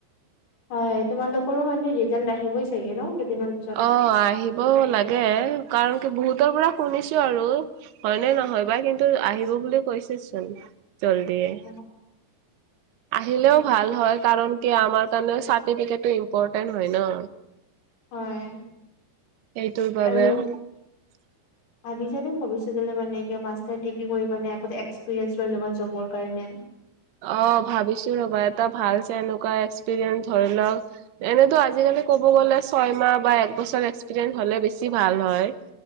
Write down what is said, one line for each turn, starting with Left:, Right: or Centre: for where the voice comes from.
Left: হয় তোমালোকৰো মানে ৰিজাল্ট আহিবই চাগে ন কেইদিনমান পিছতে
Right: অ', আহিব লাগে কাৰণ কি বহুতৰ পৰা শুনিছো আৰু হয়নে নহয় বা কিন্তু আহিব বুলি কৈছেচোন জলদিয়ে।
Left: অ'।
Right: আহিলেও ভাল হয় কাৰণ কি আমাৰ কাৰণে চাৰ্টিফিকেটো ইম্পৰতেণ্ট হয় ন।
Left: হয়
Right: সেইটোৰ বাবে
Left: আৰু
Right: <inaudible>
Left: ভাবিছানে ভৱিষ্যতলৈ মানে কি মাষ্টাৰ ডিগ্ৰী কৰিবানে এক্সপিৰিয়েঞ্চ লৈ ল'বা জবৰ কাৰণে?
Right: অ ভাবিছো ৰ'বা এটা ভাল চাই এনেকুৱা এক্সপিৰিয়েঞ্চ ধৰি লওক এনেতো আজিকালি ক'ব গ'লে ছয়মাহ বা এক বছৰ এক্সপিৰিয়েঞ্চ হ'লে বেছি ভাল হয়